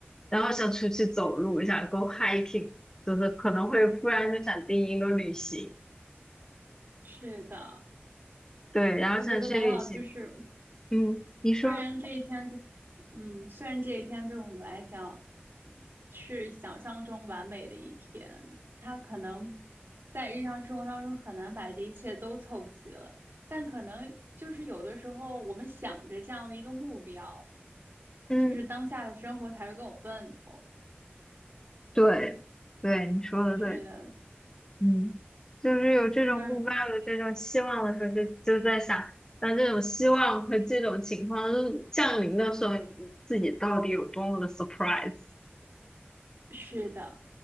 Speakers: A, on the left (about 15°); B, on the right (about 65°).
A: 然后想出去走路，想 go hiking，就是可能会突然就想定一个旅行，
B: 是的，
A: 对，然后想去旅行，
B: 我觉得往往就是
A: 嗯，你说，
B: 虽然这一天对，嗯，虽然这一天对我们来讲是想象中完美的一天，它可能在日常生活当中很难把这一切都凑齐了，但可能就是有的时候我们想着这样的一个目标，
A: 嗯，
B: 就是当下的生活才会更有奔头。
A: 对，对，你说的对，
B: 是的，
A: 嗯，就是有这种目标，
B: 但是
A: 有这种希望的时候就，就在想，当这种希望和这种情况降临的时候，你自己到底有多么的 surprise，
B: 是的。